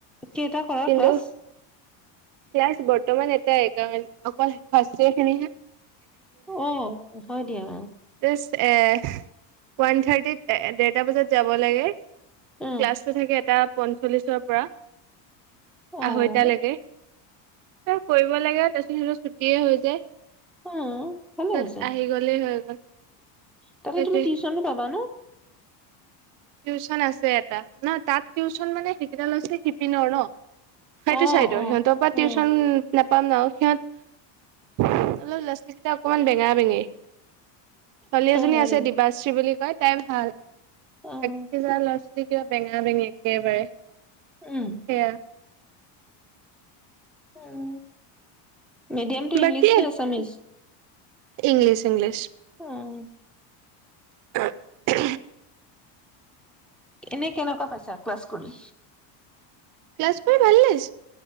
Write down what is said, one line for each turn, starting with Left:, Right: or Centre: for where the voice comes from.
Centre: কেইটা কৰা
Right: কিন্তু,
Centre: ক্লাছ?
Right: ক্লাছ বৰ্তমান এটাই কাৰণ অকল ফাৰ্ষ ইয়াৰ খিনি হে
Centre: অ' হয় দিয়া।
Right: জাষ্ট এ ওৱান থাৰ্টিত এ দেৰটা বজাত যাব লাগে। ক্লাছটো
Centre: উম,
Right: থাকে এটা পঞ্চল্লিছৰ পৰা
Centre: অ',
Right: আহৈতা লেকে- এ কৰিব লাগে তাৰপিছত হত ছুটিয়ে হৈ যায়। পিছত
Centre: অ', ভালে হৈছে
Right: আহি গ'লেই হৈ গ'ল।
Centre: তাতে
Right: সেইটোৱে
Centre: তুমি টিউচনো পাবা ন?
Right: টিউচন আছে এটা ন তাত টিউচন মানে সেইকেই লৈছে শিপিনৰ ন সেইটো
Centre: অ',
Right: চাইডৰ
Centre: অ',
Right: সিহঁতৰ পৰা
Centre: উম,
Right: টিউচন নাপাম ন সিহঁত অলপ ল'ৰা-ছোৱালী কেইটা অকনমান বেঙা-বেঙী। ছোৱালী এজনী
Centre: হয়
Right: আছে
Centre: নেকি?
Right: দিবাশ্ৰী বুলি কয়। তাই ভাল
Centre: অ',
Right: এক হেজাৰ লৈছে কা বেঙা বেঙ একেবাৰে
Centre: উম,
Right: সে
Centre: উম মিডিয়াম টু
Right: বাকী
Centre: ইংলিছ নে আছামিছ
Right: ইংলিছ ইংলিছ
Centre: উম
Right: অ
Centre: এনে কেনেকুৱা পাইছা ক্লাছ কৰি
Right: ক্লাছ কৰি ভালে লাগিছে